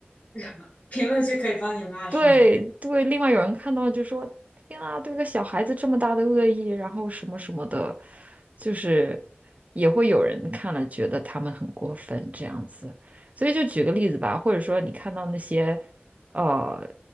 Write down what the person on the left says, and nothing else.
<laughs> 评论区可以帮你骂是吗？